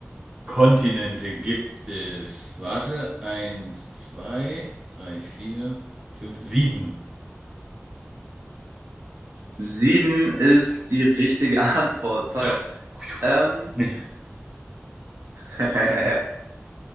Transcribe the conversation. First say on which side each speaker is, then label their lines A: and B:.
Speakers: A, on the right; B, on the right.
A: Kontinente gibt es. Warte. Eins, zwei, drei, vier, fünf, sieben.
B: Sieben ist die richtige <laughs> Antwort. Toll.
A: Ah,
B: Ähm,
A: <laughs>
B: <laughs>